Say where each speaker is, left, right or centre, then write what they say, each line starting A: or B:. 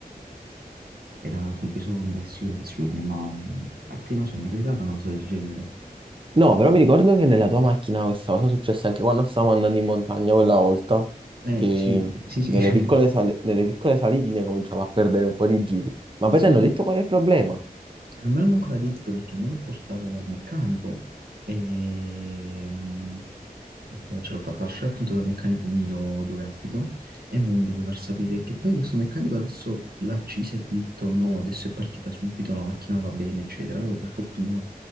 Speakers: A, on the right (about 80°); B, on the right (about 35°).
A: era compreso nell'assicurazione, ma mh, a te non so, mi è capitata una cosa del genere.
B: No, però mi ricordo che nella tua macchina questa cosa successe anche quando stavamo andando in montagna quella volta,
A: Eh
B: che
A: sì, sì, sì.
B: nelle piccole,
A: <laughs>
B: sal- nelle piccole salitine cominciamo a perdere un po' di giri. Ma poi
A: Sì,
B: ti hanno detto qual è il problema?
A: non me l'hanno ancora detto perché me l'ho portata dal meccanico e mm, eh, ce l'ho fatta lasciare appunto dal meccanico mio dove abito e mo mi deve far sapere che poi questo meccanico adesso l'ha accesa e ha detto no, adesso è partita subito, la macchina va bene, eccetera. Allora per fortuna